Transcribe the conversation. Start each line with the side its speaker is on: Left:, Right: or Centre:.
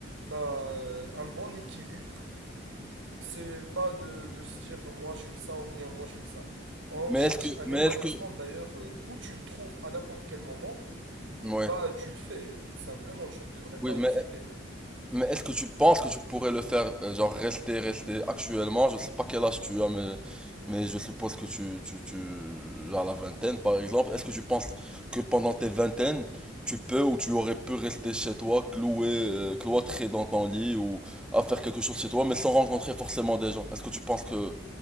Right: Bah, euh, un bon équilibre. C'est pas de, de se dire moi je suis ça ou bien moi je suis ça. On
Centre: Mais
Right: cherche
Centre: est-ce que
Right: un
Centre: mais
Right: épanouissement
Centre: est-ce que
Right: d'ailleurs euh, où tu le trouves à n'importe quel moment,
Centre: ouais.
Right: bah tu le fais tout simplement, tu ne devrais
Centre: Oui,
Right: pas
Centre: mais
Right: hésiter.
Centre: Mais est-ce que tu penses que tu pourrais le faire, euh, genre rester, rester actuellement? Je sais pas quel âge tu as, mais, mais je suppose que tu, tu, tu as la vingtaine, par exemple. Est-ce que tu penses que pendant tes vingtaines, tu peux ou tu aurais pu rester chez toi, cloué, euh, cloîtré dans ton lit ou à faire quelque chose chez toi, mais sans rencontrer forcément des gens? Est-ce que tu penses que